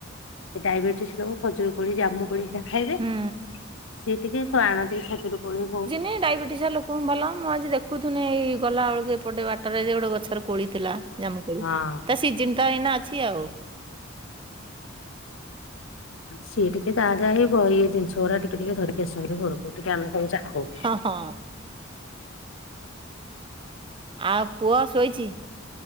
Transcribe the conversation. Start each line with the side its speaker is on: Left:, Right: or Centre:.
Left: ସେ ଡାଇବେଟିସ ଲୋକ ଖଜୁର କୋଳି ଜାମୁ କୋଳି ସେ ଖାଇଲେ
Right: ହୁଁ।
Left: ସିଏ ଟିକେ ଆଣନ୍ତି ଖଜୁର କୋଳି ବୋଉ।
Right: ଡାଇବେଟିସିଆ ଲୋକ କମ ଵାଲା ମୁଁ ଆଜି ଦେଖୁଥଥିଲି ଏଇ ଗଲାବେେଳକୁ ଏପଟେ ବାଟରେ ଗୋଟେ ଗଛରେ କୋଳି ଥିଲା। ଜାମ୍ମୁ କୋଳି
Left: ହଁ।
Right: ତା ସିଜିନ ତ ଏଇନା ଅଛି ଆଉ
Left: ସିଏ ଟିକେ ତାହା ଯାଇ ଇଏ ଜିନିଷ ଗୁଡା ଟିକେ ଟିକିଏ ଧରିକି ଆସନ୍ତି ଘରକୁ ଆମେ ଟିକେ ସବୁ ଚାଖୁ।
Right: ହଁ ହଁ। ଆଉ ପୁଅ ଶୋଇଛି।